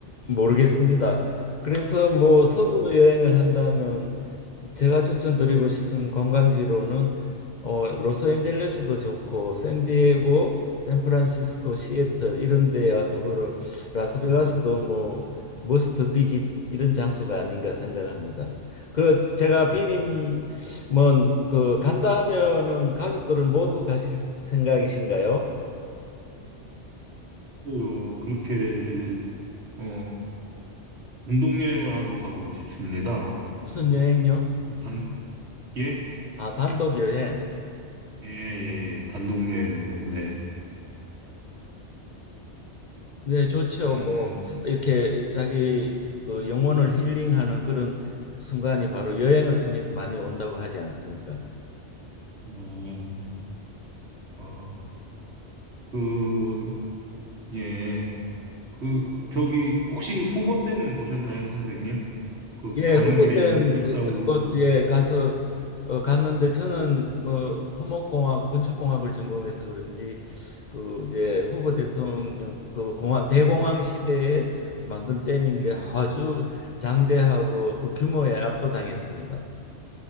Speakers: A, on the left; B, on the right.
A: 모르겠습니다. 그래서 뭐 서부
B: 어,
A: 여행을 한다면 제가 추천드리고 싶은 관광지로는 어, 로스앤젤레스도 좋고 샌디에고, 샌프란시스코, 시애틀
B: 예,
A: 이런 데와 더불어 라스베가스도
B: 어,
A: 뭐 머스트 비짓 이런 장소가 아닌가 생각합니다. 그
B: 예.
A: 제가 비님 뭐그 간다 하면은 가족들은 모두 가실 생각이신가요?
B: 그래요. 그렇게, 어, 단독여행을 한번 가보고 싶습니다.
A: 무슨 여행요?
B: 단, 예?
A: 아, 단독 여행.
B: 예, 예, 예. 단독여행으로, 네.
A: 네, 좋죠.
B: 어,
A: 뭐 이렇게 자기 그 영혼을 힐링하는 그런 순간이 바로 여행을 통해서 많이 온다고 하지 않습니까?
B: 음, 어. 그, 예. 그, 저기, 혹시 후보 때문 보셨나요, 선생님? 그,
A: 예,
B: 가는
A: 후보댐
B: 길에 있, 다고 그러,
A: 어, 어, 예 가서 어, 갔는데 저는 뭐 토목공학 건축공학을 전공해서 그런지 그 이제 후보 대통령 그 공항 대공황 시대에 만든 댐인데
B: 예.
A: 아주 장대하고 그 규모에 압도당했습니다.